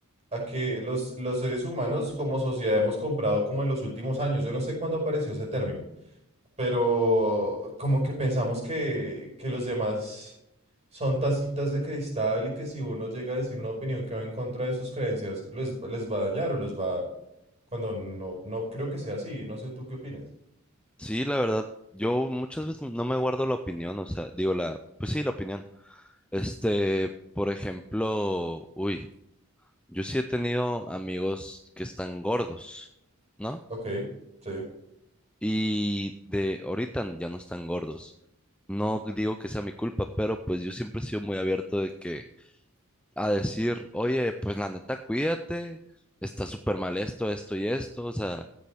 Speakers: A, on the right (about 30°); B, in the centre.
A: A que los, los seres humanos como sociedad hemos comprado como en los últimos años, yo no sé cuándo apareció ese término, pero como que pensamos que, que los demás son tacitas de cristal y que si uno llega a decir una opinión que va en contra de sus creencias, les, les va a dañar o los va... Cuando no, no creo que sea así, no sé tú qué opinas.
B: Sí, la verdad, yo muchas veces no me guardo la opinión, o sea, digo la, pues sí, la opinión. Este, por ejemplo, uy, yo sí he tenido amigos que están gordos, ¿no?
A: Ok, sí,
B: Y de ahorita ya no están gordos. No digo que sea mi culpa, pero pues yo siempre he sido muy abierto de que a decir, oye, pues la neta, cuídate, está súper mal esto, esto y esto. O sea,